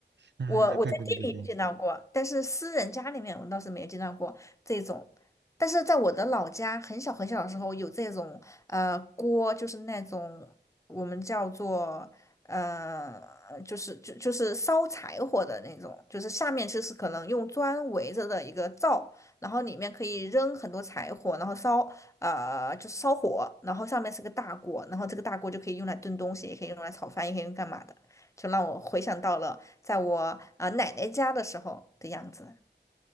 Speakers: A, on the right (about 75°); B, on the left (about 15°).
A: 嗯，
B: 我我在店里有见到过，
A: 对对对对对，
B: 但是私人家里面我倒是没有见到过这种。但是在我的老家，很小很小的时候有这种呃锅，就是那种我们叫做呃，就是就就是烧柴火的那种，就是下面就是可能用砖围着的一个灶，然后里面可以扔很多柴火，然后烧呃就是烧火，然后上面是个大锅，然后这个大锅就可以用来炖东西，也可以用来炒饭，也可以用干嘛的。就让我回想到了。在我啊、呃奶奶家的时候的样子。